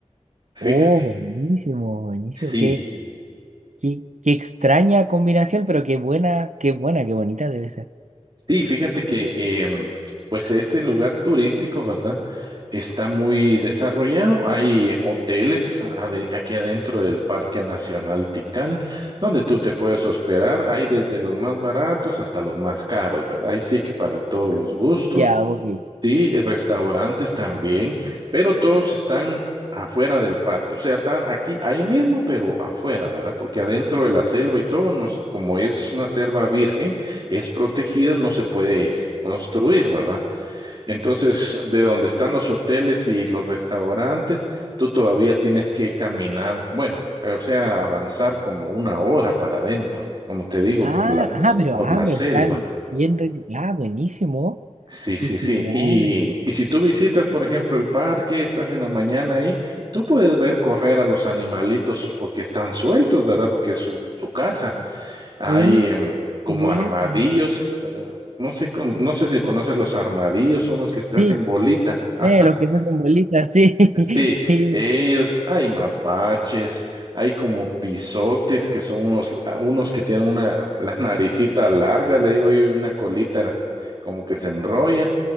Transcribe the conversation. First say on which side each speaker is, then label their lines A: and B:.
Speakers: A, on the right; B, on the right.
A: oh,
B: Fíjate.
A: buenísimo, buenísimo.
B: Sí,
A: Qué, qué, qué extraña combinación, pero qué buena, qué buena, qué bonita debe ser.
B: sí, fíjate que em, pues este lugar turístico, ¿verdad? Está muy desarrollado. Hay hoteles ade- aquí adentro del Parque Nacional Tikal, donde tú te puedes hospedar. Hay desde los más baratos hasta los más caros, ¿verdad? Ahí sí que para todos los gustos.
A: Ya, ok.
B: Sí, y restaurantes también, pero todos están afuera del parque, o sea, están aquí, ahí mismo, pero afuera, ¿verdad? Porque adentro de la selva y todo, no se- como es una selva virgen, es protegida, no se puede construir, ¿verdad? Entonces, de donde están los hoteles y los restaurantes, tú todavía tienes que caminar, bueno, eh, o sea, avanzar como una hora para adentro, como te digo,
A: Ah,
B: por la,
A: ah, pero,
B: por
A: ah,
B: la selva.
A: pero están bien. reti- Ah, buenísimo.
B: Sí,
A: Qué
B: sí, sí.
A: genial.
B: Y,
A: qué
B: y
A: genial.
B: si tú visitas, por ejemplo, el parque, estás en la mañana ahí, tú puedes ver correr a los animalitos porque están sueltos, ¿verdad? Porque es su, su casa. Hay
A: Uh,
B: em, como
A: qué bueno.
B: armadillos, eh, no sé, con- no sé si conoces los armadillos, unos que se
A: Sí,
B: hacen bolita. Ah,
A: Eh, los que se hacen bolitas, sí, <laughs>
B: sí,
A: sí,
B: ellos, hay mapaches, hay como pisotes que son unos, unos que tienen una, la naricita larga, le digo yo, y una colita como que se enrolla.